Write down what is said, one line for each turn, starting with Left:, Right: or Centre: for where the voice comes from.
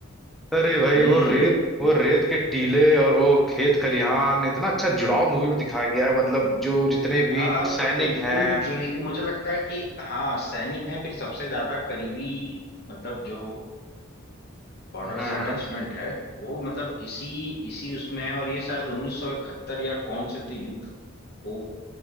Centre: अरे भाई
Left: हम्म
Centre: वो रेत वो रेत के टीले और वो खेत खलिहान इतना अच्छा जुड़ाव मूवी में दिखाया गया है मतलब जो जितने भी
Left: हाँ
Centre: सैनिक
Left: बिल्कुल
Centre: हैं
Left: जो है कि मुझे लगता है कि हाँ सैनिक हैं फिर सबसे ज्यादा करीबी मतलब जो बॉर्डर
Centre: हम्म,
Left: से अटैचमेंट
Centre: हम्म।
Left: है वो मतलब इसी इसी उसमें है और ये शायद 1971 या कौन से तो युद्ध को